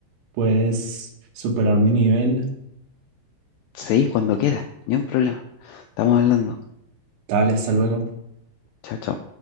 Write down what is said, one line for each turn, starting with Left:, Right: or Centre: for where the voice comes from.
Right: puedes superar mi nivel.
Left: Sí, cuando quieras, ni un problema. Estamos hablando.
Right: Dale, hasta luego.
Left: Chao, chao.